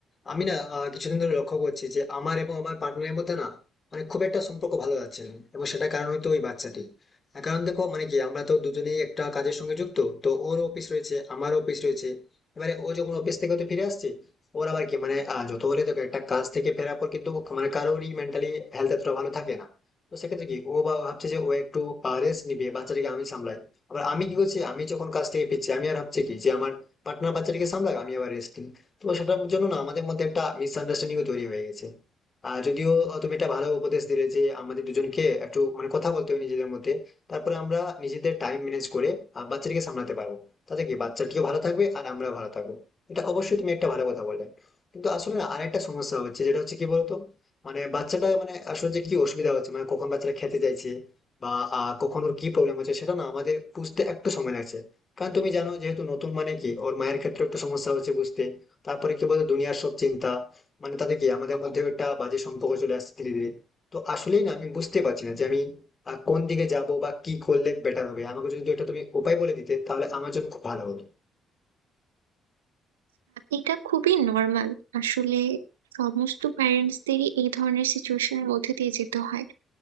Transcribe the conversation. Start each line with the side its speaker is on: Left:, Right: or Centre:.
Left: আমি না আহ, কিছুদিন ধরে লক্ষ্য করছি যে আমার এবং আমার পার্টনারের মধ্যে না মানে খুব একটা সম্পর্ক ভালো যাচ্ছে না এবং সেটার কারণ হয়তো ওই বাচ্চাটি তার কারণ দেখো মানে কি আমরা তো দুজনেই একটা কাজের সঙ্গে যুক্ত তো ওর অফিস রয়েছে আমারও অফিস রয়েছে এবারে ও যখন অফিস থেকে তো ফিরে আসছে ওর আবার কি মানে আহ, যত হলে দেখো একটা কাজ থেকে ফেরার পর কিন্তু মানে কারোরই মেন্টালি হেলথ এতটা ভালো থাকে না তো সেক্ষেত্রে কি ও বা ভাবছে যে ও একটু রেস্ট নিবে বাচ্চাটিকে আমি সামলাই আবার আমি কি করছি আমি যখন কাজ থেকে ফিরছি আমি আর ভাবছি কি যে আমার পার্টনার বাচ্চাটাকে সামলাক আমি আবার রেস্ট নিই তো সেটার জন্য না আমাদের মধ্যে একটা মিসআন্ডারস্ট্যান্ডিংও তৈরি হয়ে গেছে আর যদিও তুমি একটা ভালো উপদেশ দিলে যে আমাদের দুজনকে একটু মানে কথা বলতে হবে নিজেদের মধ্যে তারপরে আমরা নিজেদের টাইম ম্যানেজ করে আহ, বাচ্চাটিকে সামলাতে পারবো তাতে কি বাচ্চাটিও ভালো থাকবে আর আমরাও ভালো থাকবো এটা অবশ্যই তুমি একটা ভালো কথা বললে কিন্তু আসলে না আরেকটা সমস্যা হচ্ছে যেটা হচ্ছে কি বলতো মানে বাচ্চাটা মানে আসলে যে কি অসুবিধা হচ্ছে মানে কখন বাচ্চাটা খেতে চাইছে বা আহ, কখন ওর কি প্রবলেম হচ্ছে সেটা না আমাদের বুঝতে একটু সময় লাগছে কারণ তুমি জানো যেহেতু নতুন মানে কি ওর মায়ের ক্ষেত্রে একটা সমস্যা হচ্ছে বুঝতে তারপরে কি বলতো দুনিয়ার সব চিন্তা মানে তাতে কি আমাদের মধ্যেও একটা বাজে সম্পর্ক চলে আসছে ধীরে ধীরে তো আসলেই না আমি বুঝতে পারছি না যে আমি আহ, কোন দিকে যাব বা কি করলে বেটার হবে আমাকে যদি এটা তুমি উপায় বলে দিতে তাহলে আমার জন্য খুব ভালো হতো
Right: এটা খুবই নর্মাল আসলে সমস্ত প্যারেন্টসদেরই এই ধরনের সিচুয়েশনের মধ্যে দিয়ে যেতে হয়